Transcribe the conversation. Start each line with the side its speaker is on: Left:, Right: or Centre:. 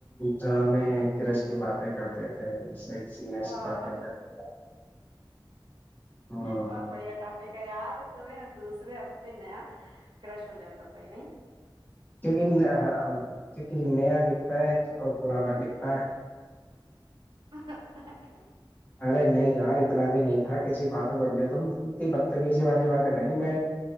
Left: گاں میں کرش کی باتیں کرتے تھے شش نش
Right: واہ
Left: پات کرتے ہ
Right: بہت بڑھیا ٹاپک کیا ار تمہیں ہر دوسرے ہفتے نیا کرش ہو جاتا تھا ہی نہیں
Left: کیونک کیونک نیا بکتا ہے اور پرانا بکتا ہے
Right: ہ <inaudible>
Left: ارے نہیں گا اتنا بھی نہیں تھا کسی بات بول تم انی بدتمیزی والی باں پ ہے نہیں میں